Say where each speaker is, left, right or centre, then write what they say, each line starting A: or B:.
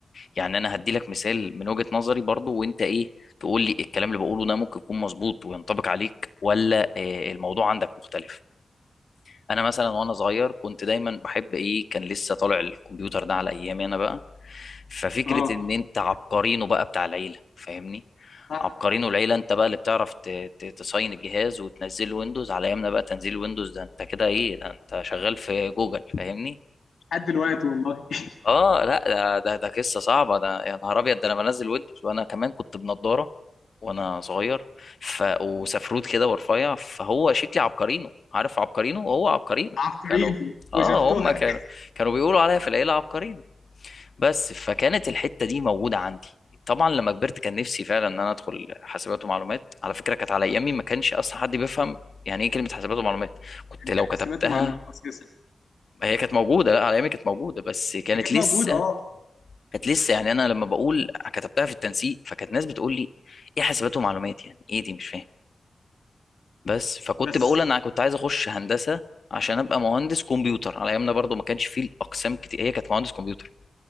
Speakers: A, on the left; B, on the left.
A: يعني انا هدي لك مثال من وجهة نظري برضو وانت ايه تقول لي الكلام اللي بقوله ده ممكن يكون مظبوط وينطبق عليك ولا آه، الموضوع عندك مختلف انا مثلا وانا صغير كنت دايما بحب ايه كان لسه طالع الكمبيوتر ده على ايامي انا بقى ففكرة
B: اه
A: ان انت عبقرينه بقى بتاع العيلة فاهمني
B: صح
A: عبقرينه العيلة انت بقى اللي بتعرف ت- ت- تصين الجهاز وتنزل ويندوز على ايامنا بقى تنزيل ويندوز ده انت كده ايه ده انت شغال في جوجل فاهمني
B: لحد دلوقتي والله <laughs>
A: اه لا ده ده ده قصه صعبه ده يا نهار ابيض ده انا بنزل ويندوز وانا كمان كنت بنضاره وانا صغير ف وسفروت كده ورفيع فهو شكلي عبقرينو عارف عبقرينو هو عبقرينو
B: عبقريين
A: كانوا اه
B: وجدتها
A: هم كانوا كانوا بيقولوا عليا في العيله عبقرينو بس فكانت الحته دي موجوده عندي طبعا لما كبرت كان نفسي فعلا ان انا ادخل حاسبات ومعلومات على فكره كانت على ايامي ما كانش اصلا حد بيفهم يعني ايه كلمه حاسبات ومعلومات كنت
B: <laughs> يعني
A: لو كتبتها
B: حاسبات ومعلومات اساسا
A: هي كانت موجوده لا على ايامي كانت موجوده بس كانت
B: هي كانت
A: لسه
B: موجوده اه
A: كانت لسه يعني انا لما بقول كتبتها في التنسيق فكانت ناس بتقول لي ايه حاسبات ومعلومات يعني ايه دي مش فاهم بس فكنت
B: بس
A: بقول انا كنت عايز اخش هندسه عشان ابقى مهندس كمبيوتر على ايامنا برضو ما كانش فيه الاقسام كتير هي كانت مهندس كمبيوتر